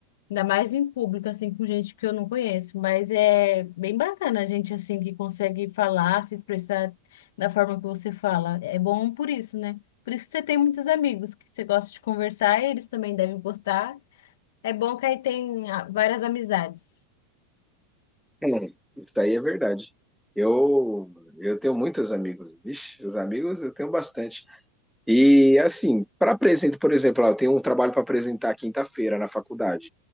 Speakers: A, on the left (about 75°); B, in the centre.
A: Ainda mais em público, assim, com gente que eu não conheço. Mas é bem bacana a gente, assim, que consegue falar, se expressar da forma que você fala. É bom por isso, né? Por isso que você tem muitos amigos que você gosta de conversar e eles também devem gostar. É bom que aí tem ah, várias amizades.
B: É, isso aí é verdade. Eu, eu tenho muitos amigos. Vixe, os amigos eu tenho bastante. E assim, para apresentar, por exemplo, eu tenho um trabalho para apresentar quinta-feira na faculdade.